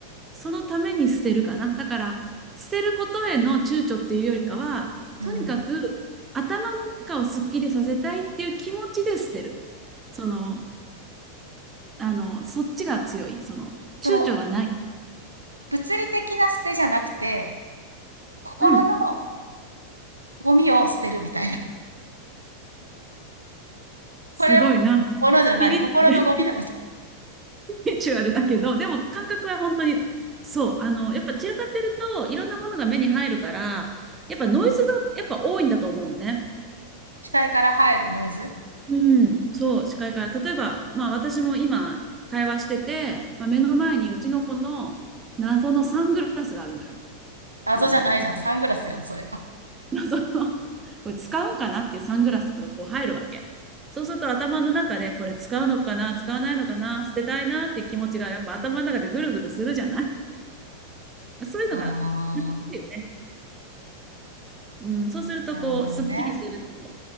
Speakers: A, on the right; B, on the right.
A: そのために捨てるかな。だから、捨てることへの躊躇っていうよりかは、
B: うん。
A: とにかく頭の中をすっきりさせたいっていう気持ちで捨てる。その、あの、そっちが強い。その、
B: その、
A: 躊躇はない。
B: 物理的な捨てじゃなくて、心の
A: うん。
B: ゴミを捨てるみたいな。<laughs>
A: すごいな。
B: これは物じゃない、
A: スピリチュアルス
B: 心のゴミだ、みたいな。
A: ピリチュアルだけど、でも感覚は本当に、そう。あの、やっぱ散らかってると、いろんなものが目に入るから、やっぱノイズがやっぱ多いんだと思うのね。
B: 視界から入るノイズ
A: うん。そう、視界から。例えば、まあ私も今、会話してて、まあ、目の前にうちの子の謎のサングラスがあるのよ。
B: 謎じゃないじゃん。
A: 多分。
B: サングラスやん、それ。あ
A: <laughs> 謎の、これ使うんかなっていうサングラスとかがこう入るわけ。そうすると頭の中でこれ使うのかな、使わないのかな、捨てたいなっていう気持ちがやっぱ頭の中でぐるぐるするじゃない <laughs> そういうのが楽しいよね。
B: あ、
A: うん、そうするとこう、
B: なるほどね。
A: すっきりすると、